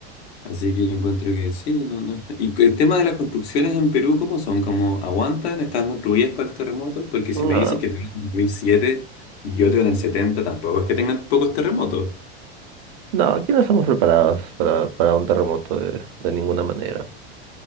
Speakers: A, on the left (about 75°); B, on the right (about 50°).
A: Así que yo encuentro que sí, no, no está. ¿Y el tema de las construcciones en Perú, cómo son? ¿Cómo aguantan? ¿Están construidas para los terremotos? Porque
B: No,
A: si me dices que tienen en 2007 y otro en el 70, tampoco es que tengan pocos terremotos.
B: no, aquí no estamos preparados para, para un terremoto de, de ninguna manera.